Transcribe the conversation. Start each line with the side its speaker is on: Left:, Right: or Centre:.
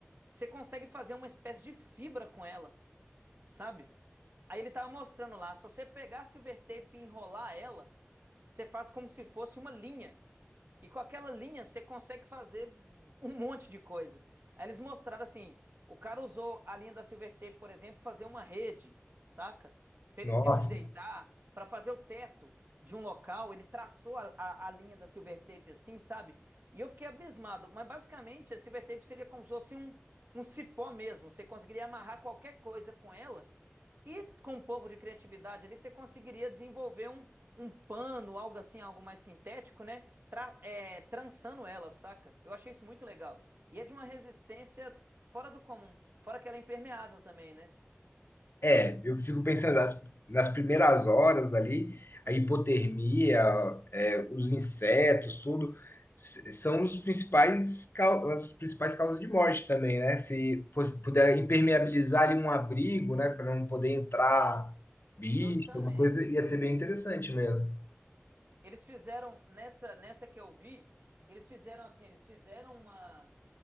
Right: você consegue fazer uma espécie de fibra com ela sabe? Aí ele tava mostrando lá, se você pegar a silver tape e enrolar ela, você faz como se fosse uma linha. E com aquela linha você consegue fazer um monte de coisa. Aí eles mostraram assim, o cara usou a linha da silver tape, por exemplo, pra fazer uma rede, saca? Pra ele
Left: Nossa.
Right: ter onde deitar, pra fazer o teto de um local, ele traçou a, a- a linha da silver tape assim, sabe? E eu fiquei abismado, mas basicamente a silver tape seria como se fosse um, um cipó mesmo. Você conseguiria amarrar qualquer coisa com ela e com um pouco de criatividade ali, você conseguiria desenvolver um, um pano, algo assim, algo mais sintético, né? Tra- é, trançando ela, saca? Eu achei isso muito legal. E é de uma resistência fora do comum. Fora que ela é impermeável também, né?
Left: É, eu fico pensando nas, nas primeiras horas ali, a hipotermia, é, os insetos, tudo, s- são os principais, cau- as principais causas de morte também, né? Se fosse- puder impermeabilizar ali um abrigo, né, para não poder entrar bicho,
Right: Justamente.
Left: alguma coisa, ia ser bem interessante mesmo.
Right: Eles fizeram, nessa, nessa que eu vi, eles fizeram assim, eles fizeram uma,